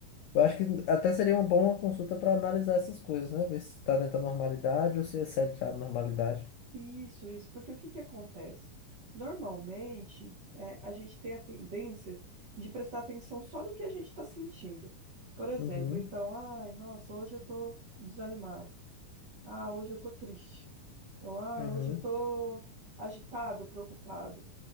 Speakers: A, on the left; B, on the right.
A: Eu acho que até seria uma boa consulta para analisar essas coisas, né? Ver se está dentro da normalidade ou se excede a normalidade.
B: Isso, isso, porque o que que acontece? Normalmente, é, a gente tem a tendência de prestar atenção só no que a gente está sentindo. Por exemplo,
A: Uhum,
B: então, ai, nossa, hoje eu tô desanimado. Ah, hoje eu tô triste. Ou, ai,
A: uhum,
B: hoje eu tô agitado, preocupado.